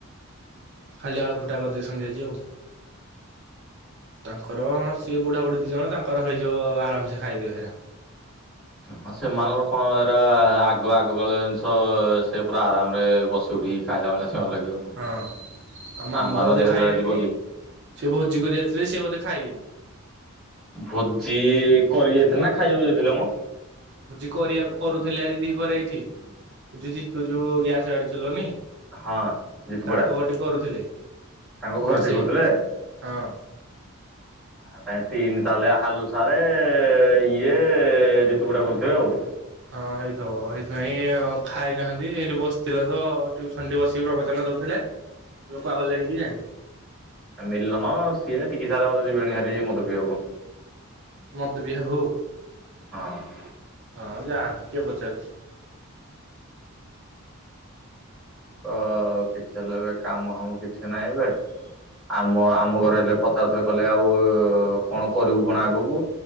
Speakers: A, on the right; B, in the centre.
A: ଖାଲି ଆଳୁ ଫୁଟା କରିଦେଇଛନ୍ତି ଆଜି ଆଉ। ତାଙ୍କର ହଁ ସିଏ ବୁଢା ବୁଢୀ ଦି ଜଣ ତାଙ୍କର ହେଇଯିବ ଆରାମସେ ଖାଇଦେବେ ହେରା।
B: ହଁ ସେମାନଙ୍କର କଣ ଏଇରା ଆଗ ଆଗକାଳ ଜିନିଷ ସେ ପୁରା ଆରାମରେ ବସି ଉଠି ଖାଇଲାଭଳା ଶଳା ଲାଗିବ।
A: ହଁ ଆଉ ମାମୁଁ
B: ଆମମାନଙ୍କ
A: ତ ବୋଧେ
B: ଦେହରେ
A: ଖାଇବେନି
B: ଏରା ଯିବ କି?
A: ସେ ଭୋଜି କରି ଯାଇଥିଲେ ସେ ବୋଧେ ଖାଇବେନି।
B: ଭୋଜି କରି ଯାଇଥିଲା ନା ଖାଇବାକୁ ଯାଇଥିଲା ମ?
A: ଭୋଜି କରିବାକୁ କରୁଥିଲେ ଆଜି ଦିପରେ ଏଇଠି ଏଜୁ ଜିତୁ ଯୋଉ ଗ୍ୟାସ ଗାଡି ଚଲଉନି?
B: ହଁ ଜିତୁ ପଡା
A: ତାଙ୍କ ଘର ଠି କରୁଥିଲେ।
B: ତାଙ୍କ ଘର
A: ନୂଆ
B: ଟି
A: ସାହି
B: କରୁଥିଲେ?
A: ହଁ।
B: ତାଙ୍କେ ତିନି ତାହେଲେ ହାଲୁସାରେ ଇଏ ଜିତୁ ପଇଡା କରୁଥିବେ ଆଉ।
A: ହଁ ହେଇଥିବ ଏଇଥିପାଇଁ ଆଉ ଖାଇନାହାନ୍ତି ଏଇଠି ବସିଥିଲେ ତ ଟ୍ୟୁସନରେ ବସିକି ପ୍ରବଚନ ଦ ଥିଲେ ଏବେ କୁଆଗଲେଣି କି ଜାଣି?
B: ମିଲନ ସିଏ ଟିକି ସାରେ ଯିବେଣି ହେରି ମଦପିଇବାକୁ।
A: ମଦ ପିଇବାକୁ?
B: ହଁ।
A: ହଁ ଯାଆନ୍ତୁ କିଏ ପଚାରୁଛି।
B: ତ କିଛି ହେଲେ ଏବେ କାମ ହାମ କିଛି ନାହିଁ ଏବେ। ଆମ ଆମ ଘରେ ହେଲେ ପଚାରୁଥିଲେ କଲେ ଆଉ କଣ କରିବୁ କଣ ଆଗକୁ?